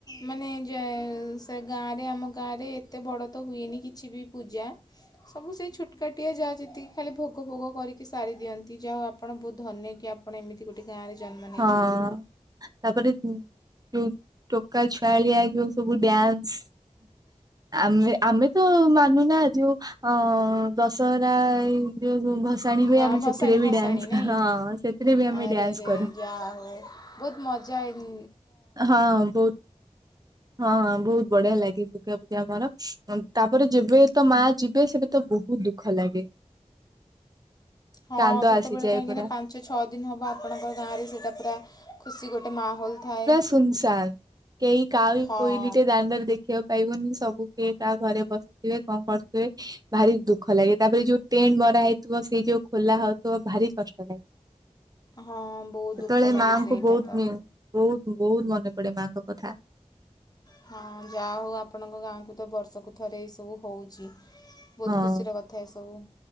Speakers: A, on the left; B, on the right.
A: ମାନେ ଯେ ସେ ଗାଁରେ ଆମ ଗାଁରେ ଏତେ ବଡ଼ ତ ହୁଏନି କିଛି ବି ପୂଜା ସବୁ ସେଇ ଛୋଟକାଟିଆ ଯାହା ଯେତିକି ଖାଲି ଭୋଗ ଭୋଗ କରିକି ସାରିଦିଅନ୍ତି ଯାହା ଆପଣ ବହୁତ ଧନ୍ୟ କିଆପ ପଣ ଏମିତି ଗୋଟେ ଗାଁରେ ଜନ୍ମ ନେଇଛନ୍ତି
B: ହଁ ତାପରେ ଯୋଉ ଟୋକା ଛୁଆଳିଆ ଯୋଉ ସବୁ ଡ୍ୟାନ୍ସ ଆମେ ଆମେ ତ ମାନୁନା ଯୋଉ ଅ ଦଶହରା ଏଇ ଯୋଉ ଭସ ସାଣି ହୁଏ
A: ଆଁ,
B: ଆମେ
A: ଭସାଣି
B: ସେଥିରେ ବି
A: ଭସାଣି
B: ଡ୍ୟାନ୍ସ
A: ନାଇଁ
B: ହଁ ସେଥିରେ ବି ଆମେ
A: ଆରେ
B: ଡ୍ୟାନ୍ସ
A: ଯାହା
B: କରୁ।
A: ହଉ ବହୁତ ମଜା ଏଇ
B: ହଁ ବହୁତ ହଁ ବହୁତ ବଢିଆ ଲାଗେ ଯେମିତି ଆମର ତାପରେ ଯେବେ ତ ମା ଯିବେ ସେବେ ତ ବହୁତ ଦୁଃଖ ଲାଗେ।
A: ହଁ
B: କାନ୍ଦ
A: ସେତେବେଳେ
B: ଆସିଯାଏ
A: କାହିଁକିନା
B: ପୁରା।
A: ପାଞ୍ଚ ଛଅ ଦିନ ହେବ ଆପଣଙ୍କ ଗାଁରେ ସେଇଟା ପୁରା ଖୁସି ଗୋଟେ ମାହୋଲ ଥାଏ।
B: ସୁନ୍‌ସାନ୍‌ କେହି କାଉ
A: ହଁ
B: କୋଇଲି ଟେ ଦାଣ୍ଡାରେ ଦେଖିବାକୁ ପାଇବନି ସବୁ କେ କା ଘରେ ବସିଥିବେ କଣ କରୁଥିବେ ଭାରି ଦୁଃଖ ଲାଗେ ତାପରେ ଯୋଉ ଟେଣ୍ଟ ମରା ହେଇଥିବ ସେ ଯୋଉ ଖୋଲା ହଉଥିବ ଭାରି କଷ୍ଟ ଲାଗେ।
A: ହଁ ବହୁତ
B: ସେତେବେଳେ
A: ଦୁଃଖ ଲାଗେ
B: ମାଆଙ୍କୁ
A: ସେଇଟା
B: ବହୁତ
A: ତ।
B: ବହୁତ ବହୁତ ମନେ ପଡେ ମାଙ୍କ କଥା।
A: ହଁ ଯାହା ହଉ ଆପଣଙ୍କ ଗାଁକୁ ତ ବର୍ଷକୁ ଥରେ ଏଇ ସବୁ ହଉଛି। ବହୁତ
B: ହଁ
A: ଖୁସିର କଥା ଏ ସବୁ।